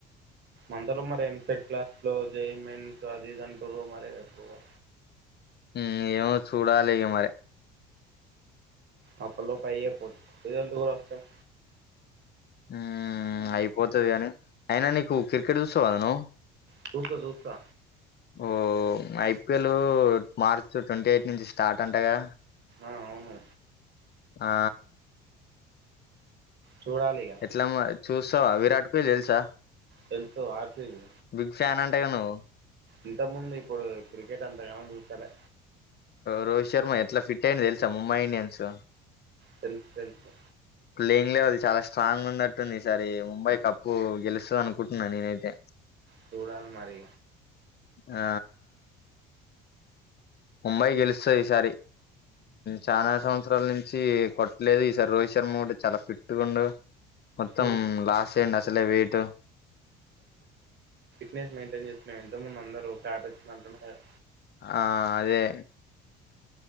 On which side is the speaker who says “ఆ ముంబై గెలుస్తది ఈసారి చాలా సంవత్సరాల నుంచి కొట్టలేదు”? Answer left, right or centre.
Left